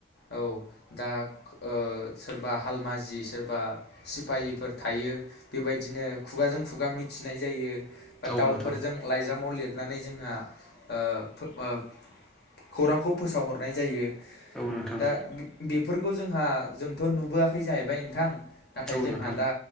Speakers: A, on the left; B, in the centre.
A: औ दा ओ सोरबा हालमाजि सोरबा सिफायहिफोर थायो बेबायदिनो खुगाजों खुगा मिथिनाय जायो। बा
B: औ
A: दाउफोरजों
B: नोंथां
A: लायजामाव लिरनानै जोंहा ओ फो ओ खौरांखौ फोसावहरनाय जायो
B: औ नोंथां
A: दा बे-बेफोरखौ जोंहा जोंथ' नुबोआखै जाहैबाय नोंथां। नाथाय
B: औ
A: जोंहा
B: नोंथां
A: दा